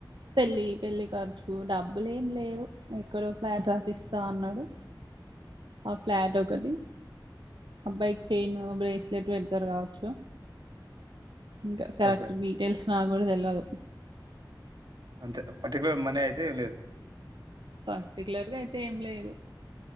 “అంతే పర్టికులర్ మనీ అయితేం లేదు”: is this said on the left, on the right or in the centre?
Right